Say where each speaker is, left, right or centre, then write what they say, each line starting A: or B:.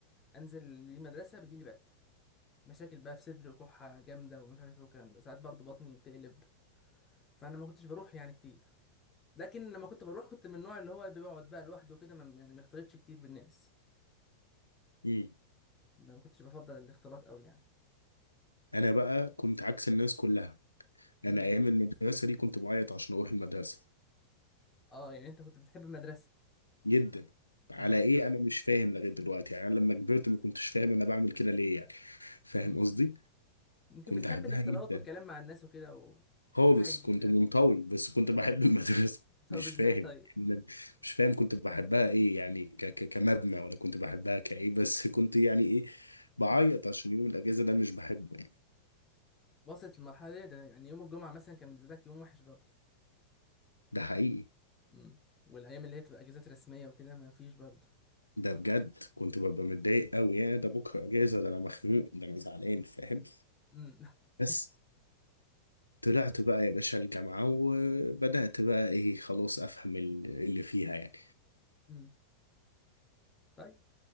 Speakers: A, on the left; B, on the left.
A: انزل المدرسه بيجي لي برد مشاكل بقى في صدري وكحة جامدة ومش عارف ايه والكلام ده ساعات برضو بطني بتقلب فانا ما كنتش بروح يعني كتير لكن لما كنت بروح كنت من النوع اللي هو بيقعد بقى لوحده كده ما- يعني ما يختلطش كتير بالناس
B: مم.
A: ما كنتش بفضل الاختلاط قوي يعني
B: انا بقى كنت عكس الناس كلها انا
A: امم
B: ايام المدرسة دي كنت بعيط عشان اروح المدرسة
A: اه يعني انت كنت بتحب المدرسة
B: جدا على
A: امم
B: ايه انا مش فاهم لغاية دلوقتي يعني انا لما كبرت ما كنتش فاهم انا بعمل كده ليه يعني فاهم
A: امم
B: قصدي؟
A: ممكن
B: كنت
A: بتحب
B: احبها
A: الاختلاط
B: جدا
A: والكلام مع الناس وكده وتشوف
B: خالص
A: حاجة جديدة
B: كنت منطوي بس كنت بحب <laughs> المدرسة
A: <laughs> طب
B: مش
A: ازاي
B: فاهم
A: طيب
B: مش فاهم كنت بحبها ايه يعني ك ك كمبنى ولا كنت بحبها كايه بس كنت يعني ايه بعيط
A: امم
B: عشان يوم الاجازة ده مش بحبه يعني
A: وصلت المرحلة دي ده يعني يوم الجمعة مثلا كان بالنسبة لك يوم وحش برضه
B: ده حقيقي
A: امم والايام اللي هي بتبقى اجازات رسمية وكده ما فيش برضه
B: ده بجد كنت ببقى
A: امم
B: متضايق قوي يا ده بكرة اجازة ده انا مخنوق ده انا زعلان فاهم
A: امم <laughs>
B: بس طلعت بقى يا باشا الجامعة وبدأت بقى ايه خلاص افهم ال- اللي فيها يعني
A: امم طيب